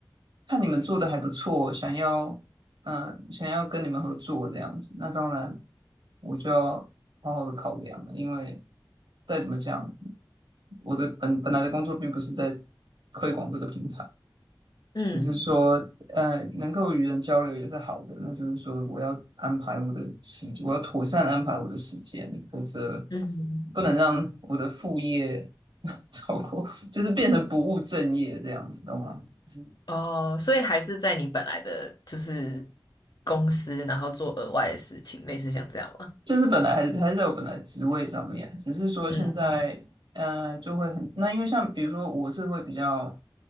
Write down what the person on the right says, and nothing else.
看你们做的还不错，想要嗯、呃想要跟你们合作这样子，那当然我就要好好的考量了，因为再怎么讲，我的本本来的工作并不是在推广这个平台，
只是说呃能够与人交流也是好的，那就是说我要安排我的时，我要妥善安排我的时间，否则
不能让我的副业 <laughs> 超过，就是变成不务正业这样子，懂吗？就是。
就是本来还还是在我本来职位上面，只是说现在，
呃，就会很，那因为像比如说我是会比较，